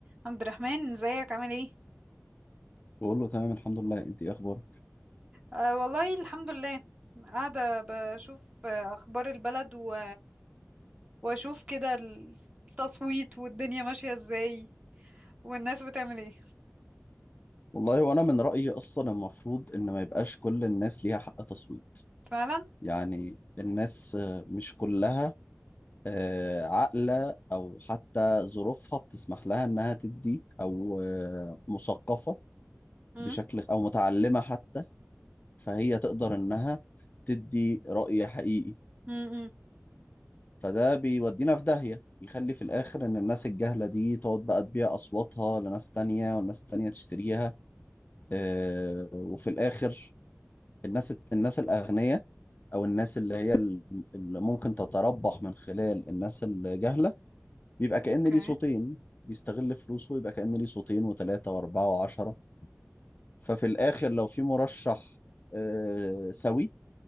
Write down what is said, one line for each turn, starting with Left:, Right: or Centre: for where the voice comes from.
Right: عبد الرحمن ازيك عامل ايه
Left: بقول له تمام الحمد لله انت ايه اخبارك
Right: آه والله الحمد لله قاعدة بشوف آه، اخبار البلد و... واشوف كده التصويت والدنيا ماشية ازاي والناس بتعمل ايه
Left: والله وانا من رايي اصلا المفروض ان ما يبقاش كل الناس ليها حق تصويت
Right: فعلا
Left: يعني الناس آه، مش كلها آه، عاقله او حتى ظروفها بتسمح لها انها تدي او آه، مثقفه
Right: امم
Left: بشكل او متعلمه حتى فهي تقدر انها تدي راي حقيقي
Right: امم
Left: فده بيودينا في داهيه يخلي في الاخر ان الناس الجهله دي تقعد بقى تبيع اصواتها لناس تانية والناس تانية تشتريها آه، وفي الآخر الناس الناس الأغنياء أو الناس اللي هي ال- اللي ممكن تتربح من خلال الناس الجهلة بيبقى
Right: اوكي
Left: كأن ليه صوتين بيستغل فلوسه يبقى كأن ليه صوتين وثلاثة وأربعة وعشرة ففي الآخر لو في مرشح آه، سوي